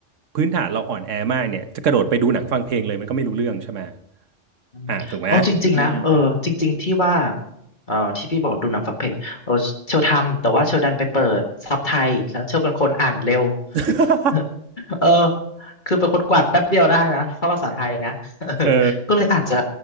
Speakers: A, on the right (about 75°); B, on the left (about 40°).
A: พื้นฐานเราอ่อนแอมากเนี่ยจะกระโดดไปดูหนังฟังเพลงเลยมันก็ไม่รู้เรื่องใช่ไหม
B: อืมเอาจริงๆนะเออจริงๆที่ว่า
A: อ่าถูกไหมอืม
B: เออที่พี่บอกดูหนังฟังเพลงเออเชลทำแต่ว่าเชลดันไปเปิดซับไทยแล้วเชลเป็นคนอ่านเร็ว
A: <laughs>
B: <laughs> เออคือเป็นคนกวาดแป๊บเดียวได้นะถ้าภาษาไทยนะ <laughs> เออก็เลยอาจจะ
A: เออ